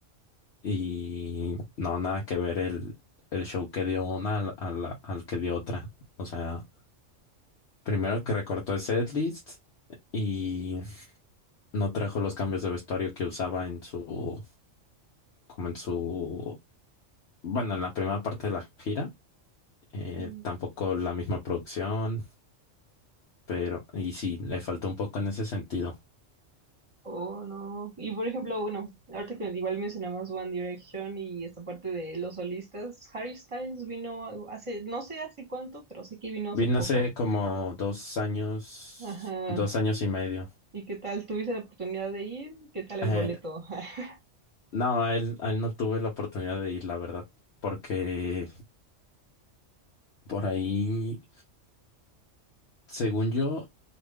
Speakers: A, on the left; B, on the right.
A: Y no, nada que ver el, el show que dio una al, al al que dio otra. O sea, primero que recortó el setlist. Y no trajo los cambios de vestuario que usaba en su, como en su, bueno, en la primera parte de la gira, eh,
B: Mm.
A: tampoco la misma producción, pero, y sí, le faltó un poco en ese sentido.
B: Oh, no. Y por ejemplo, bueno, ahorita que igual mencionabas One Direction y esta parte de los solistas, Harry Styles vino hace, no sé hace cuánto, pero sé que vino hace
A: Vino
B: poco.
A: hace como dos años,
B: Ajá.
A: dos años y medio.
B: ¿Y qué tal? ¿Tuviste la oportunidad de ir? ¿Qué tal el
A: Eh,
B: boleto? <laughs>
A: no, a él, a él no tuve la oportunidad de ir, la verdad, porque por ahí, según yo,